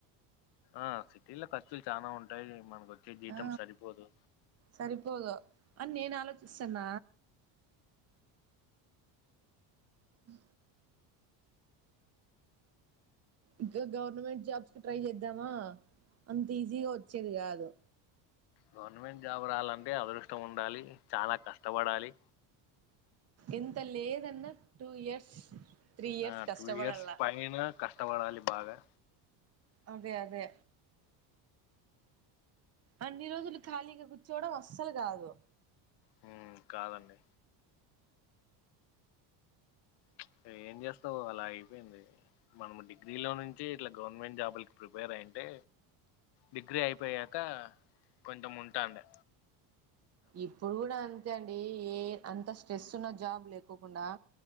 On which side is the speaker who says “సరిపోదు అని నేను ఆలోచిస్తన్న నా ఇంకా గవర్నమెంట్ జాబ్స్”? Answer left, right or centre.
Right